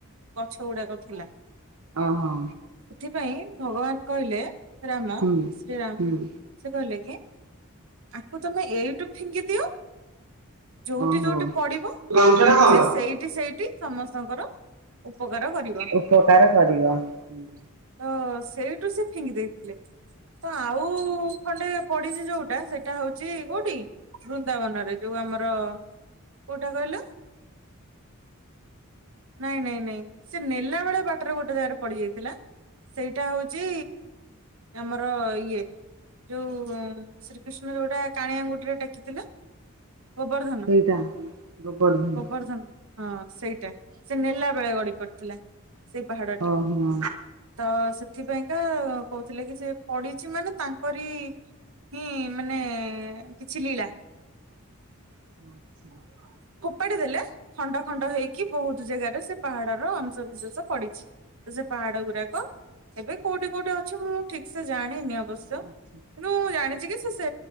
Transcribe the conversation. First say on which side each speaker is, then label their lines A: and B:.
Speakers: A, on the right; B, on the right.
A: ଗଛ ଗୁଡ଼ାକ ଥିଲା।
B: ଓ ହୋ।
A: ପାଇଁ ଭଗବାନ କହିଲେ ରାମ
B: ହୁଁ
A: ଶ୍ରୀରାମ
B: ହୁଁ
A: ସେ କହିଲେ କି ଆକୁ ତମେ ଏଇଠୁ ଫିଙ୍ଗି ଦିଅ। ଯୋଉଠି
B: ଓହୋ।
A: ଯୋଉଠି ପଡିବ
B: ଗାମୁଛା ଟା କଣ
A: ସେ
B: ହେଲା?
A: ସେଇଠି ସେଇଠି ସମସ୍ତଙ୍କର ଉପକାର କରିବ
B: ଉପକାର କରିବ ।
A: ତ ସେଇଠୁ ସେ ଫିଙ୍ଗି ଦେଇଥିଲେ। ତ ଆଉ ଖଣ୍ଡେ ପଡ଼ିଛି ଯୋଉଟା ସେଟା ହଉଛି କୋଉଠି ବୃନ୍ଦାବନରେ ଯୋଉ ଆମର କୋଉଟା କହିଲ ନାଇଁ ନାଇଁ ନାଇଁ ସେ ନେଲା ବେଳେ ବାଟରେ ଗୋଟେ ଜାଗାରେ ପଡ଼ିଯାଇଥିଲା ସେଇଟା ହଉଛି ଆମର ଇଏ ଯୋଉ ଶ୍ରୀକୃଷ୍ଣ ଯୋଉଟା କାଣିଆଙ୍ଗୁଠିରେ ଟେକିଥିଲେ ଗୋଵର୍ଧନ
B: ସେଇଟା ଗୋବର ଧନ
A: ଗୋବର୍ଧନ । ହଁ ସେଇଟା ସେ ନେଲା ବେଳେ ଗଡ଼ି ପଡ଼ଥିଲା। ସେ ପାହାଡ଼ଟି
B: ଓହୋ
A: ତ ସେ ସେଥିପାଇଁକା କହୁଥିଲେ କି ସେ ପଡ଼ିଛି ମାନେ ତାଙ୍କରି ହିଁ ମାନେ କିଛି ଲୀଳା ।
B: <inaudible>
A: ଫୋପାଡିଦେଲେ ଖଣ୍ଡ ଖଣ୍ଡ ହେଇକି ବହୁତ ଜାଗାରେ ଏ ସେ ପା ତାର ଅଂଶବିଶେଷ ପଡ଼ିଛି। ତ ସେ ପାହାଡ଼ ଗୁଡାକ ଏବେ କୋଉଠି କୋଉଠି ଅଛି ମୁଁ ଠିକ୍ ସେ ଜାଣିନି ଅବଶ୍ୟ
B: ଆଚ୍ଛା।
A: କିନ୍ତୁ ମୁଁ ଜାଣି <unintelligible> ସେ ସେ